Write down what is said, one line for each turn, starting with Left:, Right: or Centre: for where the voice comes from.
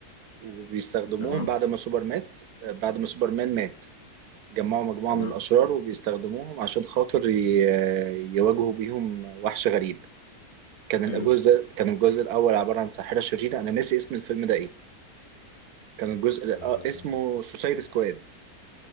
Right: وبيستخدموهم
Left: تمام
Right: بعد ما سوبر مات بعد ما سوبرمان مات جمعوا مجموعة
Left: تمام
Right: من الأشرار وبيستخدموهم عشان خاطر ي- يواجهوا بيهم وحش غريب كان الجزء
Left: حلو
Right: كان الجزء الأول عبارة عن ساحرة شريرة أنا ناسي اسم الفيلم ده إيه كان الجزء
Left: اه,
Right: الأ- آه، اسمه سوسايد سكواد